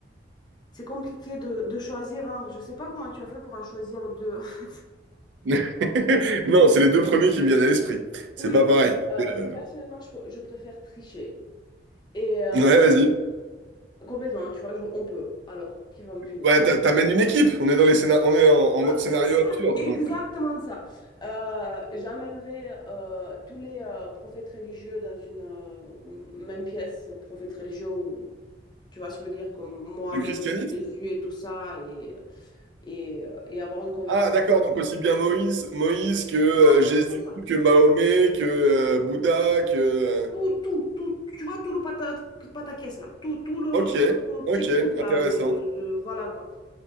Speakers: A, on the left; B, on the right.
A: c'est compliqué de, de choisir un. Je sais pas comment tu as fait pour en choisir deux. <laughs> en fait.
B: <laughs> Non, c'est les deux premiers qui me viennent à l'esprit. C'est
A: Oui,
B: pas pareil.
A: euh,
B: Euh,
A: personnellement, je, je préfère tricher. Et euh,
B: Ouais, vas-y.
A: complètement, hein, tu vois, je- on peut. Alors, qui va me punir?
B: Ouais, t'a- t'amènes une équipe. On est dans les scénar- on est en, en mode
A: Ouais,
B: scénario
A: c'est ça,
B: absurde,
A: exactement
B: donc euh,
A: ça. Euh, j'emmènerai euh, tous les euh, prophètes religieux dans une euh, même pièce, prophètes religieux ou Tu vois ce que je veux dire, comme Mohamed,
B: du christianisme.
A: Jésus et tout ça, et, et, euh, et avoir une conversation
B: Ah, d'accord.
A: avec
B: Donc aussi
A: eux.
B: bien Moïse, Moïse que euh,
A: Grave,
B: Jésus,
A: tout ça.
B: que Mahomet, que euh, Bouddha, que euh,
A: Tout, tout, tout, tu vois, tout le pata, pataquès là, tout, tout le,
B: Ok,
A: tout le petit
B: ok,
A: groupe là
B: intéressant.
A: de, de voilà quoi.